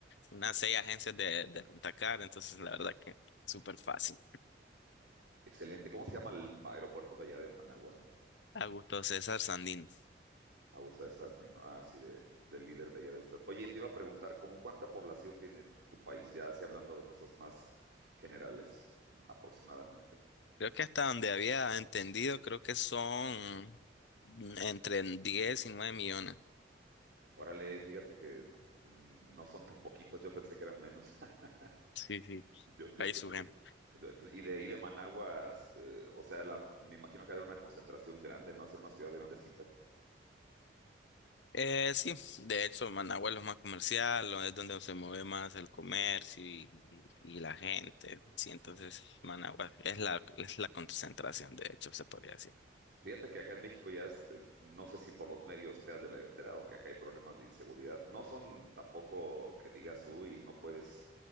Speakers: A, on the left (about 70°); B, on the right (about 65°).
A: unas seis agencias de, de rentacar, entonces la verdad que súper fácil.
B: Excelente. ¿Cómo se llama el aeropuerto de allá de Managua?
A: A gusto César Sandino.
B: Augusta de Sandino. Ah, sí, de, del líder de allá de usted. Oye, te iba a preguntar, ¿cómo cuánta población tiene tu país? Ya así hablando de cosas más generales, aproximadamente.
A: Creo que hasta donde había entendido, creo que son entre 10 y 9 millones.
B: Órale, fíjate que mm, no son tan poquitos, yo pensé que eran menos. <laughs>
A: Sí, sí.
B: Yo, yo
A: Ahí
B: pensé.
A: surge.
B: Y de ahí de Managua, eh, o sea, la, me imagino que habrá una concentración grande, ¿no? Hacer una ciudad grandecita.
A: Eh, sí, de hecho, Managua es lo más comercial, lo- es donde se mueve más el comercio y, y- y la gente. Sí, entonces Managua es la, es la concentración, de hecho, se podría decir.
B: Fíjate que acá en México ya es, eh, no sé si por los medios te has de haber enterado que acá hay problemas de inseguridad. No son tampoco que digas, uy, no puedes,